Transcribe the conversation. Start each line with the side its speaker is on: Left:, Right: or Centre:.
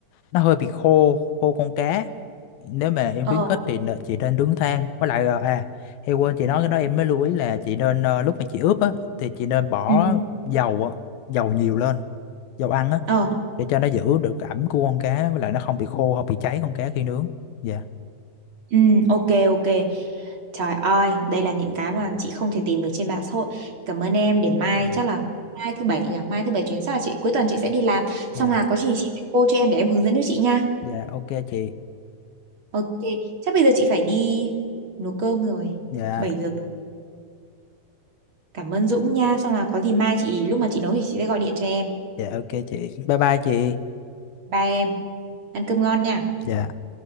Left: nó hơi bị khô khô con cá nếu mà em
Right: ờ
Left: khuyến khích thì nè- chị nên nướng than với lại ờ, à em quên chị nói cái đó em mới lưu ý là chị nên ờ, lúc mà chị ướp á thì chị nên bỏ
Right: ừ
Left: dầu á, dầu nhiều lên dầu ăn á
Right: ờ
Left: để cho nó giữ được ẩm của con cá với lại nó không bị khô không bị cháy con cá khi nướng dạ
Right: ừ ok ok trời ơi đây là những cái mà chị không thể tìm được trên mạng xã hội cảm ơn em để mai
Left: dạ
Right: chắc là mai thứ bảy nhỉ mai thứ bảy chuyến chắc là chị cuối tuần chị sẽ đi làm xong
Left: dạ
Right: là có gì chị sẽ cô cho em để em hướng dẫn cho chị nha
Left: dạ ok chị
Right: ok chắc bây giờ chị phải đi nấu cơm rồi
Left: dạ
Right: bảy giờ Cảm ơn Dũng nha. Xong là có gì mai chị lúc mà chị nấu thì chị sẽ gọi điện cho em.
Left: dạ ok chị bye bye chị
Right: Ba em. Ăn cơm ngon nha.
Left: dạ